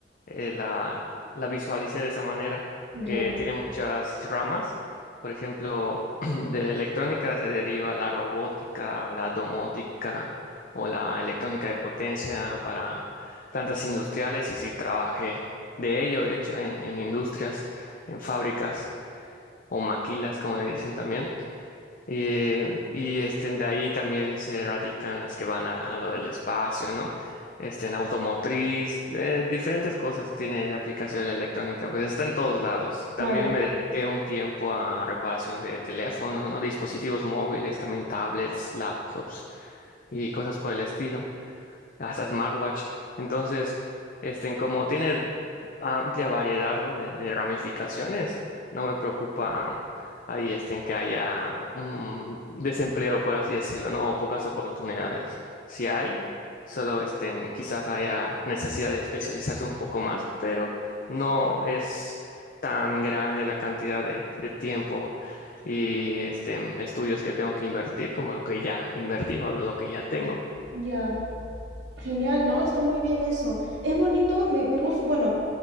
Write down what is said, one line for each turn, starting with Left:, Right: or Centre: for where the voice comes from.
Left: eh, la, la visualicé de esa manera,
Right: Ya,
Left: que tiene muchas ramas. Por ejemplo, <clears throat> de la electrónica se deriva la robótica, la domótica o la electrónica de potencia para plantas industriales y si trabajé de ello, de hecho, en, en industrias, en fábricas o maquilas, como le dicen también. Eh, y este, de ahí también se radican las que van a, a lo del espacio, ¿no? Este, en automotriz, eh, diferentes cosas tiene de aplicación la electrónica, pues está en todos lados. También
Right: claro,
Left: me dediqué un tiempo a reparación de teléfonos, ¿no? Dispositivos móviles, también tablets, laptops y cosas por el estilo hasta smartwatch. Entonces, este, como tiene amplia variedad, ¿no? de, de ramificaciones, no me preocupa ahí este, en que haya un desempleo, por así decirlo, ¿no? o pocas oportunidades. Si hay, solo este, quizás haya necesidad de especializarse un poco más, pero no es tan grande la cantidad de, de tiempo y este, estudios que tengo que invertir como lo que ya invertí o lo que ya tengo.
Right: ya. Genial, ¿no? Está muy bien eso. Es bonito, me, me gusta, bueno,